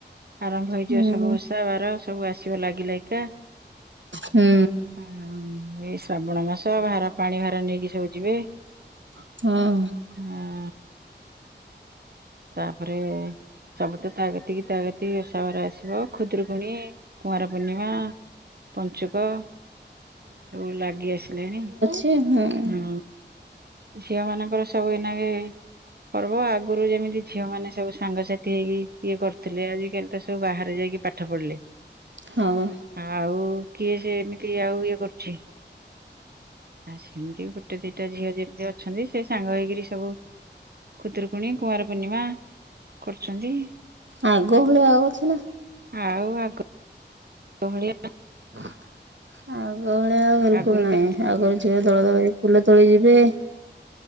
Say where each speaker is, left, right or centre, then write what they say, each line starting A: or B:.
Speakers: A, on the right; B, on the right.
A: ଆରମ୍ଭ ହେଇଯିବ
B: ହୁଁ
A: ସବୁ ବସି ଓଷା ବାର ସବୁ ଆସିବ ଲାଗି ଲାଗିକା।
B: ହୁଁ।
A: ହଁ ଏଇ ଶ୍ରାବଣ ମାସ ଭାର ପାଣି ଭାର ନେଇକି ସବୁ ଯିବେ।
B: ହଁ।
A: ହାଁ। ତାପରେ ସବୁ ତ ତା ଗତିକି ତା ଗତିକି ଉଷା ବାର ଆସିବ ଖୁଦରୁକୁଣୀ, କୁଆଁର ପୂର୍ଣ୍ଣିମା ପଞ୍ଚୁକ ସବୁ ଲାଗି ଆସିଲାଣି।
B: ହୁଁ-ହୁଁ।
A: ହଁ ଝିଅ ମାନଙ୍କର ସବୁ ଏଇ ନାଗେ ପର୍ବ ଆଗରୁ ଯେମିତି ଝିଅ ମାନେ ସବୁ ସାଙ୍ଗସାଥି ହେଇକି ଇଏ କରୁଥିଲେ ଆଜିକାଲି ତ ସବୁ ବାହାରେ ଯାଇକି ପା ପାଠ ପଢିଲେ।
B: ହଁ ବା।
A: ଆଉ କିଏ ସେ ଏମିତି ଆଉ ଇଏ କରୁଚି। ଆଉ ସେମିତି ଗୋଟେ ଦିଟା ଝିଅ ଯେମିତି ଅଛନ୍ତି ସେ ସାଙ୍ଗ ହେଇକିରି ସବୁ ଖୁଦରୁକୁୁଣି କୁଆଁର ପୂର୍ଣ୍ଣିମା କରୁଚନ୍ତି।
B: ଆଗ ଭଳିଆ ଆଉ ଅଛି ନା
A: ଆଉ ଆଗ ଭଳିଆ
B: ଆଗ ଭଳିଆ ଆଉ ବିଲକୁଲ୍
A: ଆଗରୁ
B: ନାହିଁ।
A: କେତେ
B: ଆଗରୁ ଝିଅ ଦଳ ଦଳ ହେଇ ଫୁଲ ତୋଳି ଯିବେ